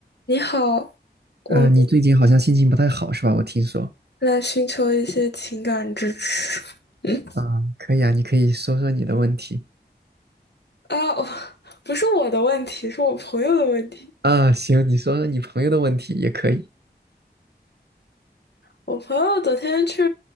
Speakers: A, on the left; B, on the right.
A: 你好，我们
B: 嗯，你最近好像心情不太好是吧？我听说。
A: 来寻求一些情感支持。嗯
B: 啊，可以啊，你可以说说你的问题。
A: 啊，我不是我的问题，是我朋友的问题。
B: 啊，行，你说说你朋友的问题也可以。
A: 我朋友昨天去